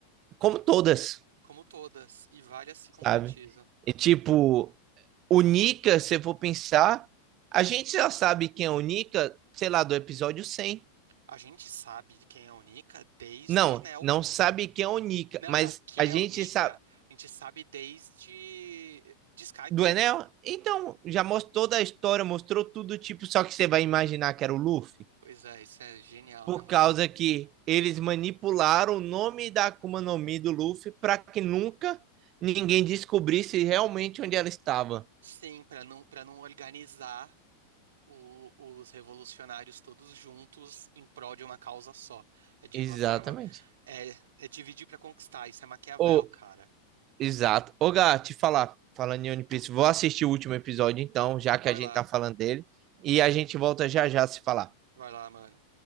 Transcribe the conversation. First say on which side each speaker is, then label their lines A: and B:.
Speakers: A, on the right; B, on the right.
A: Como todas,
B: Como todas, e várias se concretizam.
A: sabe? E tipo. O Nika, se eu for pensar, a gente já sabe quem é o Nika, sei lá, do episódio 100.
B: A gente sabe de quem é a Nika desde
A: Não,
B: o Enel.
A: não sabe quem é o Nika,
B: Não,
A: mas
B: não, que
A: a
B: é
A: gente
B: a Nika,
A: sabe.
B: a gente sabe desde de Skypiea.
A: Do Enel? Então, já mostrou toda a história, mostrou tudo, tipo, só que você vai imaginar que era o Luffy?
B: Pois é, isso é genial,
A: Por
B: né, mano?
A: causa que eles manipularam o nome da Akuma no Mi do Luffy para que nunca ninguém descobrisse realmente onde ela estava.
B: Sim, pra não, para não organizar o- os revolucionários todos juntos em prol de uma causa só. É de
A: Exatamente.
B: uma forma. É, é dividir para conquistar. Isso é Maquiavel,
A: Ô,
B: cara.
A: Exato. Ô, Gá, te falar, falando em One Piece, vou assistir o último episódio então, já
B: Vai
A: que a gente
B: lá,
A: tá falando dele, e a gente volta já já a se falar.
B: vai lá, mano.